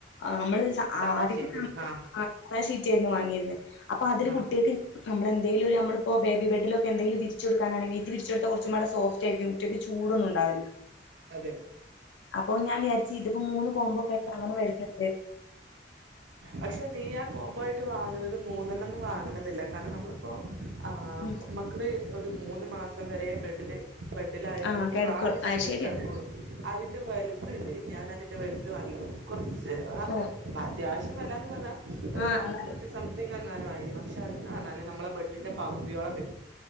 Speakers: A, on the left (about 75°); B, on the right (about 80°).
A: ആഹ് നമ്മള്
B: സാദാ
A: ആദ്യയൊക്കെ
B: ഷീറ്റ് ആഹ്
A: ആ ഷീറ്റെരുന്ന് വാങ്ങിയിരുന്നത് അപ്പൊ അതില്
B: ആഹ് ആഹ്
A: കുട്ടികൾക്ക്- നമ്മള് എന്തെങ്കിലും നമ്മള്പ്പോ ബേബി ബെഡിലൊക്കെ എന്തെങ്കിലും വിരിച്ച് കൊടുക്കാനാണെിൽ ഷീറ്റ് വിരിച്ചെടുതാൽ കൊറച്ചും പാടെ സോഫ്റ്റെയിരിക്കും - കുട്ടികൾക്ക് ചൂടൊന്നും
B: അതെ
A: ഉണ്ടാവില്ല
B: അതെ അതെ
A: അപ്പൊ ഞാൻ വിചാരിച്ചു ഇതിപ്പോ മൂന്ന് കോംമ്പൊ ഒക്കൊയായിട്ട് അങ്ങനെ വരുന്നുണ്ട്
B: പക്ഷെ നീ ആ കോംബോ ആയിട്ട് വാങ്ങുന്നത് മൂന്നെണ്ണംന്ന് വാങ്ങണ എന്നില്ല കാരണം നമ്മളിപ്പോ- ആഹ്
A: ഉം
B: മക്കള് ഒരു മൂന്ന് മാസം വരെ ബെഡില്- ബെഡിലായാലും
A: ആഹ് കിടക്കോ
B: ഇപ്പൊ ആ ഒരു ശീലേൽ
A: അത് ശരിയാ.
B: കെടകൊള്ളൂ അതിന്റെ വലുത്തുണ്ട് ഞാൻ അതിന്റെ വലുത്ത് വാങ്ങിണു കൊറച്ച് അങ്ങനെ
A: ഓഹ്
B: അത്യാവശ്യ- വെലന്ന് പറഞ്ഞാ ഒരു
A: ആഹ്
B: അറുന്നൂറ്റി
A: എന്നാല്
B: സംതിങ് അങ്ങാനും ആയേനെ പക്ഷെ അത് കാണാന് പറഞ്ഞാല് നമ്മളെ ബെഡിന്റെ പകുതിയോളം വരും